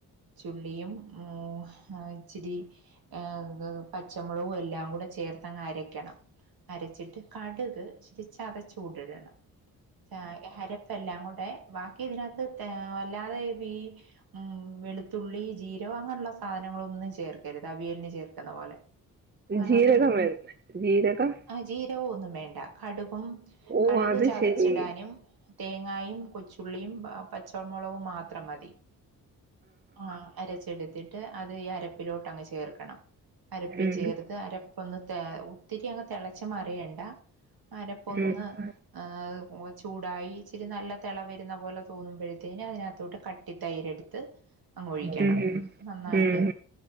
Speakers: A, on the right; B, on the right.
A: പുളിയും ആഹ് ഇച്ചരി- ആഹ് പച്ചമൊളകും എല്ലാം കൂടെ ചേർത്തങ്ങരയ്ക്കണം അരച്ചിട്ട് കടുക് ഇച്ചിരി ചതച്ചൂടിടണം ആഹ് അരപ്പ് - എല്ലാം കൂടെ ബാക്കി ഇതിനകത്ത് ആഹ് അല്ലാതെ ഈ വെളുത്തു ളുത്തുള്ളി ജീരകം അങ്ങനൊള്ള സാധനങ്ങളൊന്നും ചേർക്കരുത് അവിയലിന് ചേർക്കുന്ന പോലെ- അങ്ങനെ
B: ജീരകം വേണ്ടേ- ജീരകം
A: ജീരകം ഒന്നും വേണ്ട കടുകും
B: ഓഹ്
A: കടുക്
B: അത്
A: ചതച്ചിടാനും
B: ശരി
A: തേങ്ങായും കൊച്ചുള്ളിയും പച്ചമൊളകും മാത്രം മതി- ആഹ് അരച്ചെടുത്തിട്ട് അത് ഈ അരപ്പിലോട്ട് ചേർക്കണം അരപ്പി
B: ഉം
A: ചേർത്ത് അരപ്പൊന്ന് തെ- ഒത്തിരി അങ്ങ് തെളച്ച്മാറിയണ്ട അരപ്പൊന്ന്-
B: ഉം
A: ആഹ് ചൂടായി ഇച്ചിരി നല്ല തെളവെരുന്ന പോലെ തോന്നുമ്പഴ്ത്തേന് അതിനകത്തോട്ട് ക കട്ടി തൈര് എടുത്ത് അങ്ങ് ഒഴിക്കണം
B: ഉം
A: നന്നായിട്ട്
B: ഉം